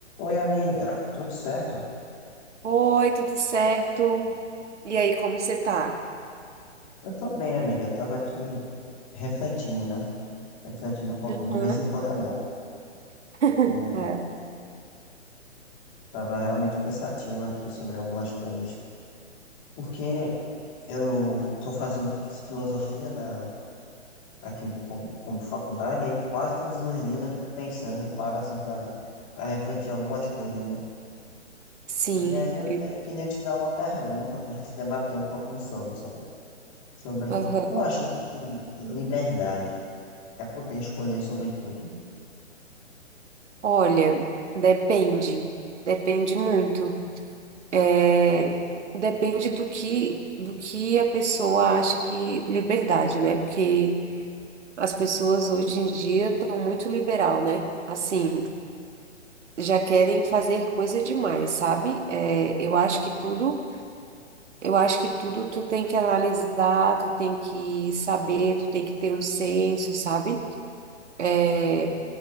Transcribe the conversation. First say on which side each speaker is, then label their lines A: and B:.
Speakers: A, on the left (about 25°); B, on the right (about 70°).
A: Oi, amiga, tudo certo?
B: Oi, tudo certo? E aí, como você tá?
A: Eu tô bem, amiga. Eu tava aqui refletindo, né? Refletindo um pouquinho.
B: Aham.
A: De vez em quando é bom,
B: <laughs>
A: porque
B: É,
A: tava realmente pensativo aqui sobre algumas coisas. Porque eu tô fazendo filosofia na, aqui no- como, como faculdade, aí quase todos os dias eu fico pensando, claro, assim, pra, pra refletir algumas coisas, né?
B: sim.
A: E aí eu
B: eu-
A: te- queria te dar uma pergunta pra gente debater um pouquinho sobre, sabe? Sobre,
B: aham.
A: tu acha que liberdade. É poder escolher sobre tudo.
B: Olha, depende. Depende muito. É, depende do que, do que a pessoa acha que liberdade, né? Porque as pessoas hoje em dia estão muito liberal, né? Assim, já querem fazer coisa demais, sabe? É, eu acho que tudo. Eu acho que tudo tu tem que analisar, tu tem que saber, tu tem que ter um senso, sabe? É,